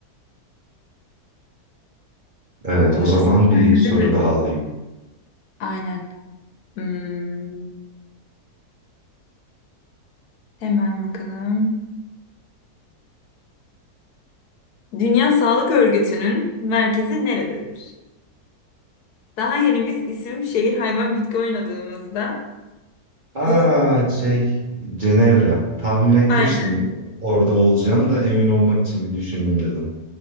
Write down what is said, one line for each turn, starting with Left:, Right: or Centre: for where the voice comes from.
Right: Evet,
Left: Ee,
Right: o zaman
Left: sahnede
Right: bir soru
Left: mi?
Right: daha alayım.
Left: Aynen. Hmm, hemen bakalım. Dünya Sağlık Örgütü'nün merkezi nerededir? Daha yeni biz isim, şehir, hayvan, bitki oynadığımızda
Right: Aa
Left: bu
Right: şey Cenevre. Tahmin etmiştim
Left: aynen.
Right: orada olacağını da emin olmak için bir düşüneyim dedim.